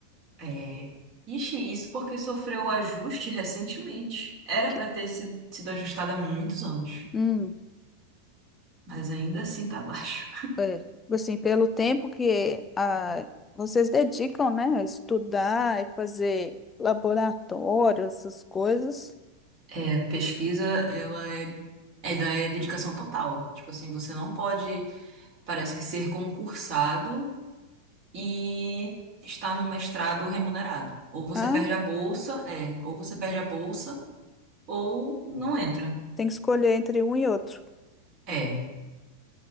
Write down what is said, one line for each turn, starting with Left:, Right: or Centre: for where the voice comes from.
Right: É... Ixi, isso porque sofreu o ajuste recentemente. Era
Left: Que-
Right: para ter sido, sido ajustada há muitos anos,
Left: Hum.
Right: mas ainda assim tá baixo.
Left: É, assim, pelo tempo que ah, vocês dedicam, né, a estudar e fazer laboratório, essas coisas,
Right: É, pesquisa, ela é, ela é dedicação total. Tipo assim, você não pode parece que ser concursado e estar no mestrado remunerado. Ou você
Left: ah,
Right: perde a bolsa, é, ou você perde a bolsa, ou não entra.
Left: tem que escolher entre um e outro.
Right: É.